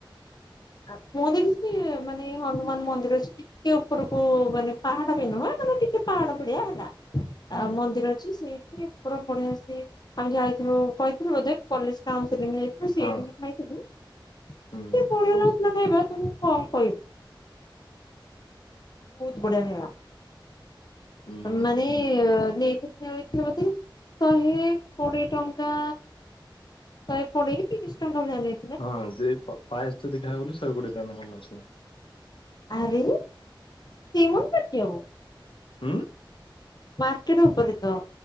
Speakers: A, on the left; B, on the left.
A: <unintelligible> ମାନେ। ହନୁମାନ ମନ୍ଦିର ଅଛି ଟିକେ ଉପରକୁ ମାନେ ପାହାଡ ବି ନୁହେଁ ମାନେ ଟିକେ ପାହାଡ ଭଡିଆ ହେଲା।
B: ହୁଁ
A: ଆଉ ମନ୍ଦିର ଅଛି ସେଇଠି ଉପରେ ବଢ଼ିଆ ସେ ଆମେ ଯାଇଥିଲୁ କହିଥିଲୁ ବୋଧେ। କଲେଜ କାଉନସିଲଂ ରେ ଯାଇଥିଲୁ ସେଇଠି
B: ହଁ
A: ହିଁ ଖାଇଥିଲୁ ଏତେ
B: ହୁଁ
A: ବଢିଆ ଲାଗୁ <unintelligible> କହିବା ତମକୁ କଣ କହିବି। ବହୁତ ବଢ଼ିଆ ଖାଇବା
B: ହୁଁ।
A: ଆ ମାନେ ନେଇଥିବା ବୋଧେ ଶହେ କୋଡିଏ ଟଙ୍କା। ଶହେ କୋଡିଏ ତିରିଶ ଟଙ୍କା ଭଳିଆ ନେ
B: ହଁ ଯେ ପ ପାଏସ୍ ଯଦି ଖାଇବ ବେଲେ ଶହେ କୋଡିଏ ଟଙ୍କା ନା କଣ ନ
A: ଆରେ <unintelligible>
B: ହୁଁ।
A: ମାର୍କେଟ ଉପରେ ତ।